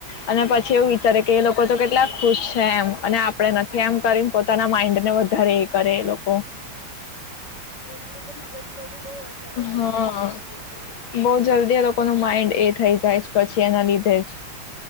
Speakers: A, on the left (about 80°); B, on the left (about 60°).
A: અને પછી એવું વિચારે કે એ લોકો તો કેટલાક ખુશ છે એમ અને આપણે નથી એમ કરીને, પોતાના માઈન્ડને વધારે એ કરે એ લોકો.
B: એના લીધે મગજ પર બી બહુ અસર થાય
A: હા
B: છે.
A: બહુ જલ્દી
B: તો
A: એ લોકોનું માઇન્ડ એ થઈ જાય પછી એના લીધે જ